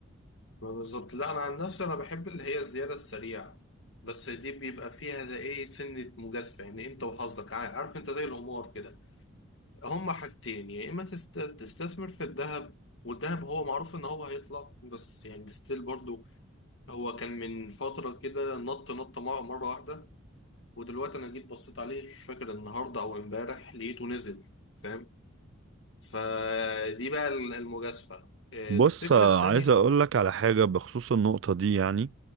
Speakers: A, on the left; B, on the right.
A: ما بالظبط لا انا عن نفسي انا بحب اللي هي الزياده السريعه بس دي بيبقى فيها ده ايه سنه مجازفه يعني انت وحظك عا- عارف انت زي القمار كده هما حاجتين يا اما تست- تستثمر في الذهب والذهب هو معروف ان هو هيطلع بس يعني ستيل برضو هو كان من فتره كده نط نط مع- مره واحده ودلوقتي انا جيت بصيت عليه مش فاكر النهارده او امبارح لقيته نزل فاهم فدي بقى المجازفة الفكرة
B: بص آه،
A: التانية
B: عايز اقولك على حاجة بخصوص النقطة دي يعني